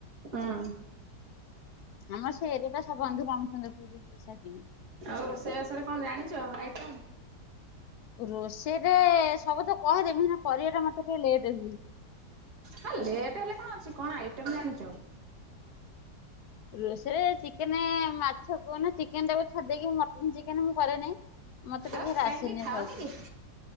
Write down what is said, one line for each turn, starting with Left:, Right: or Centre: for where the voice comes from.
Right: ଅଁ।
Left: ଆମର ସେଇଇ ଏରିଟା ସବୁ ବନ୍ଧୁ
Right: ଆଉ ରୋଷେଇବାସରେ କଣ ଜାଣିଛ ଆଇଟମ?
Left: ରୋଷେଇରେ ସବୁ ତ କହିଦେବି ନା କରିବା ଟା ମତେ ଟିକେ ଲେଟ୍ ହୁଏ।
Right: ହଁ ଲେଟ୍ ହେଲେ କଣ କଣ ଆଇଟମ ଜାଣିଚ?
Left: ରୋଷରେ ଚିକେନ, ମାଛ କୁହନା ଚିକେନ ଟାକୁ ଛାଡଦେକି ମ୍ ଚିକେନ, ମୁଁ କରେନାଇଁ ମତେ ଟିକେ
Right: ଆଉ
Left: ରାସେନି
Right: କାହିଁକି ଖାଅନି
Left: ଭଲସେ।
Right: କି